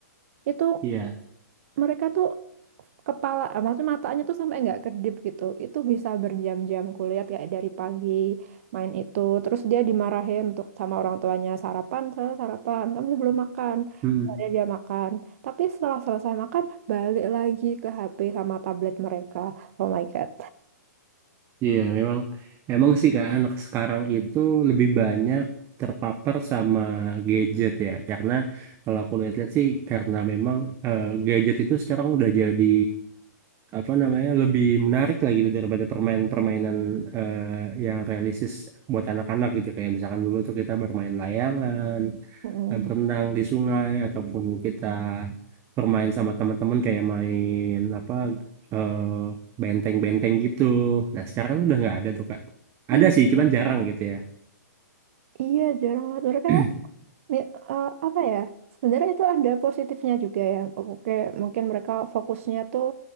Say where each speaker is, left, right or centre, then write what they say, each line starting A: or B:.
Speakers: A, on the right; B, on the right.
A: Itu
B: Iya,
A: mereka tuh kepala eh, maksudnya matanya tuh sampai nggak kedip gitu itu bisa berjam-jam kulihat kayak dari pagi main itu terus dia dimarahin untuk sama orang tuanya sarapan saya sarapan kamu belum makan
B: Mm-mm.
A: Akhirnya dia makan tapi setelah selesai makan balik lagi ke HP sama tablet mereka oh my god
B: iya memang emang sih Kak anak sekarang itu lebih banyak terpapar sama gadget ya. Karena kalau aku lihat-lihat sih karena memang eh, gadget itu sekarang udah jadi apa namanya lebih menarik lah gitu daripada permainan-permainan eh, yang realistis buat anak-anak gitu kayak misalkan dulu tuh kita bermain layangan,
A: Mm-mm.
B: eh, berenang di sungai ataupun kita bermain sama teman-teman kayak main apa eh, benteng-benteng gitu. Nah sekarang udah nggak ada tuh Kak.
A: I-
B: Ada sih cuman jarang gitu ya.
A: iya jarang banget mereka
B: <clears throat>
A: Mi- eh, apa ya sebenarnya itu ada positifnya juga ya oke mungkin mereka fokusnya tuh